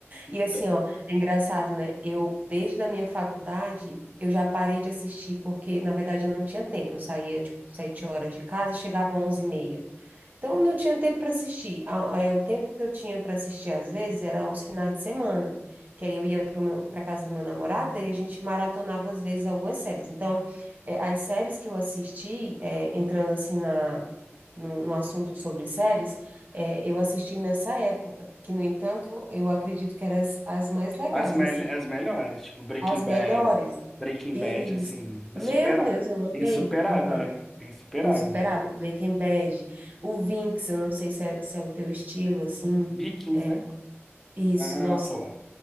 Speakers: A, in the centre; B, on the right.
A: Então,
B: E assim, ó, é engraçado, né? Eu, desde a minha faculdade, eu já parei de assistir, porque, na verdade, eu não tinha tempo. Eu saía, tipo, sete horas de casa e chegava às onze e meia. Então, eu não tinha tempo para assistir. A- é, O tempo que eu tinha para assistir, às vezes, era aos finais de semana, que aí eu ia para casa do meu namorado e a gente maratonava, às vezes, algumas séries. Então, é, as séries que eu assisti, é, entrando assim na, no, no assunto sobre séries, é, eu assisti nessa época, que, no entanto, eu acredito que eram as, as mais legais,
A: As, mel
B: assim,
A: as melhores, tipo Breaking
B: as
A: Bad,
B: melhores.
A: Breaking
B: E,
A: Bad, assim, insupera
B: meu Deus, eu amei.
A: insuperável,
B: Aham.
A: né? É insuperável.
B: Insuperável. Breaking Bad. O Vinx, eu não sei se é, se é o teu estilo, assim.
A: Vikings,
B: É,
A: né?
B: isso,
A: Ah,
B: nossa,
A: pô,